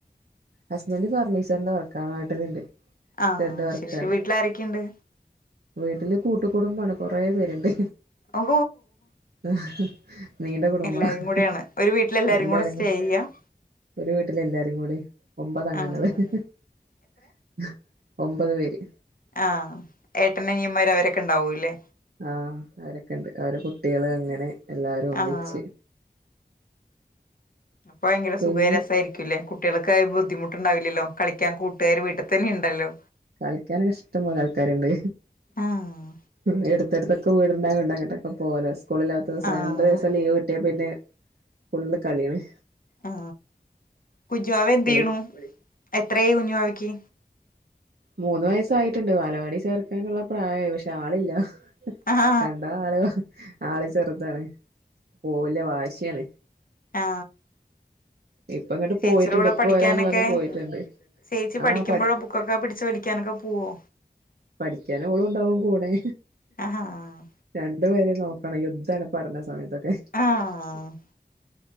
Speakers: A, on the right; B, on the left.
A: ഹസ്ബൻഡ് <unintelligible> നാട്ടിലുണ്ട്
B: ആ
A: ഷെഡ് വർക്കാണ്
B: ശരി വീട്ടിലാരൊക്കെയ്ണ്ട്
A: വീട്ടില് കൂട്ടുകുടുംബാണ് കൊറേ പേര്ണ്ട്
B: ഓ
A: അഹ നീണ്ട കുടുംബാ
B: എല്ലാരും
A: അഹാ
B: കൂടെയാണ് ഒരു വീട്ടിലെല്ലാരും
A: എല്ലാരും
B: കൂടെ സ്റ്റേ ചെയ്യാ
A: ഒരു വീട്ടിലെല്ലാരും കൂടി ഒമ്പതഗം
B: ആഹ്
A: ങ്ങങ്ങൾ ഹ്ഹാ ഒമ്പത് പേര്
B: ആ ഏട്ടനനിയമ്മാര് അവരൊക്കെ ഉണ്ടാവൂല്ലേ
A: ആ അവരൊക്കെ ഉണ്ട് അവരെ കുട്ട്യാള് അങ്ങനെ എല്ലാരും ഒന്നിച്ച്
B: ആഹ് അപ്പൊ ഭയങ്കര
A: പിന്നെ
B: സുഖ രസായിരിക്കൂല്ലേ കുട്ടികൾ ക്കായ ബുദ്ധിമുട്ടുണ്ടാവില്ലല്ലോ. കളിക്കാൻ കൂട്ടുകാര് വീട്ടിൽ തന്നെ ഉണ്ടല്ലോ
A: കളിക്കാനൊരിഷ്ടം പോലെ ആൾക്കാര്ണ്ട്
B: ആഹ്
A: മ് എടുത്തെടുത്തൊക്കെ വീട് ഇണ്ടാവയോണ്ടങ്ങട്ടൊക്കെ പോവലോ സ്കൂളില്ലാത്ത ഓസം
B: ആഹ്
A: രണ്ടു ദിവസം ലീവ് കിട്ടിയാ പിന്നെ ഫുള്ള് കളിയാണ്
B: ആ കുഞ്ച് വാവ എന്തെയ്യ്ണു
A: വിളി
B: എത്രേയി കുഞ് വാവയ്ക്ക്
A: മൂന്ന് വയസ്സായിട്ടുണ്ട് വാലവാടി ചേർക്കാനുള്ള പ്രായായി പക്ഷെ ആളില്ല ഹ്
B: ആഹ്
A: കണ്ടാ ആള് വാഹ് ആളു ചെറുതാണ് പോവില്ല വാശിയാണ്
B: ആ
A: ഇപ്പ ഇങ്ങട്ട്
B: ടീച്ചറൂടെ
A: പോയിട്ടുണ്ട് ഇപ്പ
B: പഠിക്കാനൊക്കെ
A: വരാന്ന് പറഞ്ഞ് പോയിട്ടുണ്ട്
B: ചേച്ചി പഠിക്കുമ്പൊഴോ
A: ആഹ്
B: ബുക്കൊക്കെ പിടിച്ച് വലിക്ക്യാനൊക്കെ പോവോ
A: പഠിക്കാനോളൂണ്ടാവും കൂടെ
B: ആഹാ ആഹ്
A: രണ്ടു പേര നോക്കണം യുദ്ധാണ് പഠന സമയത്തൊക്കെ
B: ആഹ്